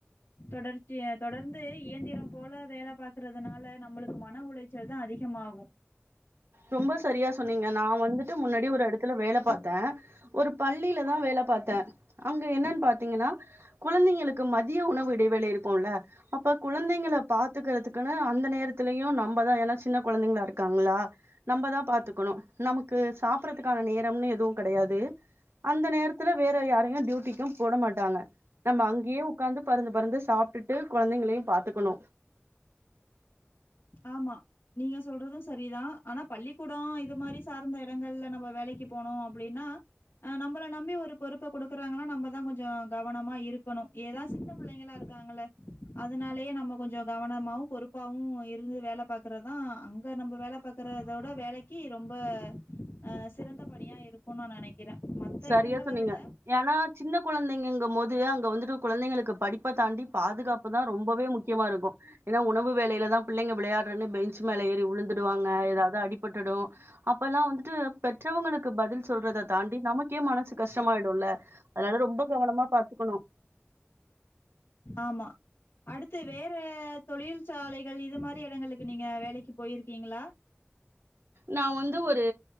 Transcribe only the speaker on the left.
தொடர்ச்சி தொடர்ந்து இயந்திரம் போல வேல பாக்குறதுனால நம்பளுக்கு மன உளை ச்சல் தா அதிகமாகு
ஆமா நீங்க சொல்றது சரிதா ஆனா பள்ளிக்கூட இது மாரி சார்ந்த எடங்கள்ல நம்ம வேலைக்கு போனோ அப்டின்னா ஆ நம்பள நம்பி ஒரு பொறுப்ப குடுக்குறாங்கன்னா நம்பதா கொஞ்சோ கவனமா இருக்கணு ஏதா சின்ன புள்ளைங்களா இருக்காங்கள அதனாலயே நம்ம கொஞ்சோ கவனமாவு பொறுப்பாவு இர் இருந்து வேல பாக்கறதா அங்க நம்ப வேல பாக்கறதோட வேலைக்கி ரொம்ப அ சிறந்த பணியா இருக்குனு நா நனைக்கறே மத்த
எடங்கள
விட
ஆமா அடுத்து வேற தொழிற்சாலைகள் இது மாரி எடங்களுக்கு நீங்க வேலைக்கு போயிருக்கீங்ளா